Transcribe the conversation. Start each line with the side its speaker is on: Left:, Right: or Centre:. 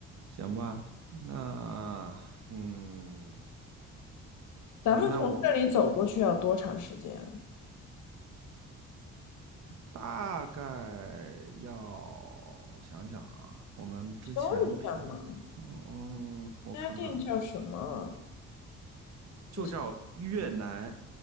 Right: 行吧，那嗯，行吧，
Left: 咱们从这里走过去要多长时间啊
Right: 那我大概要想一想啊，我们之前平，
Left: 搜一下嘛，
Right: 嗯，我看看啊，
Left: 那家店叫什么？
Right: 就叫越南，
Left: 你